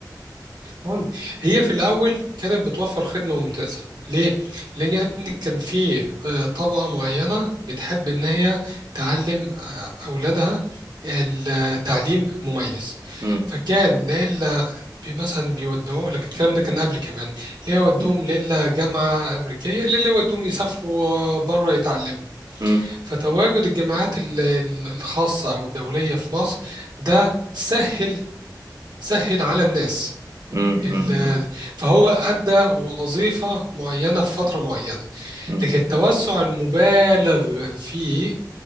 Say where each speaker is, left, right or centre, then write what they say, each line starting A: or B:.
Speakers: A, on the right; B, on the right.
A: هو- هي في الأول كانت بتوفر خدمة ممتازة ليه؟ لأن يعني كان في آه، طبقة معينة بتحب إن هي تعلم آه، أولادها التعليم مميز
B: مم.
A: فكان ليلة بي- مثلا بيودوه لك الكلام ده كان قبل كمان ليه يودوهم
B: مم.
A: ليلة جامعة أمريكية ليه يودوهم يسافروا بره يتعلموا
B: مم.
A: فتواجد الجامعات ال- ال- الخاصة أو الدولية في مصر ده سهل سهل على الناس
B: مم.
A: ال-
B: مم.
A: فهو أدى وظيفة معينة في فترة معينة
B: مم.
A: لكن التوسع المبالغ فيه